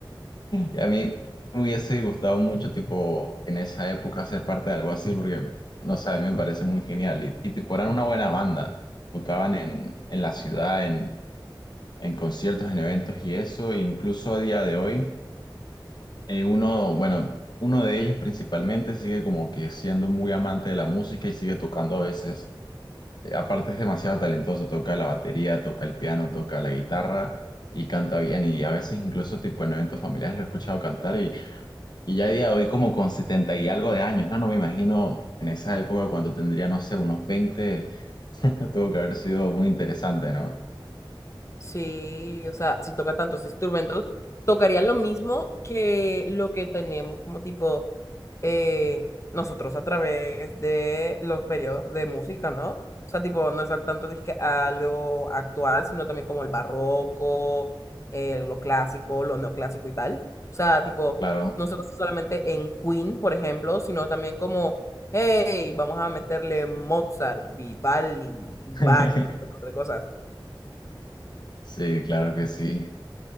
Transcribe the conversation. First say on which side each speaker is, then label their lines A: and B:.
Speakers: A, on the left; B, on the left.
A: y a mí me hubiese gustado mucho, tipo, en esa época ser parte de algo así, porque, no sé, a mí me parece muy genial. Y, y, tipo, eran una buena banda. Tocaban en, en la ciudad, en, en conciertos, en eventos y eso. E incluso a día de hoy, eh, uno, bueno, uno de ellos principalmente sigue como que siendo muy amante de la música y sigue tocando a veces. Eh, Aparte es demasiado talentoso, toca la batería, toca el piano, toca la guitarra y canta bien. Y a veces incluso, tipo, en eventos familiares lo he escuchado cantar y ya a día de hoy como con 70 y algo de años, ¿no? No me imagino en esa época cuando tendría, no sé, unos veinte <laughs> tuvo que haber sido muy interesante, ¿no?
B: Sí, o sea, si toca tantos instrumentos, tocaría lo mismo que lo que tenemos como tipo eh, nosotros a través de los periodos de música, ¿no? O sea, tipo, no es al tanto disque a lo actual, sino también como el barroco, eh, lo clásico, lo neoclásico y tal. O sea, tipo,
A: Claro.
B: no se basa solamente en Queen, por ejemplo, sino también como, hey, vamos a meterle Mozart, Vivaldi, Bach
A: <laughs>
B: y todo tipo de cosas.
A: Sí, claro que sí.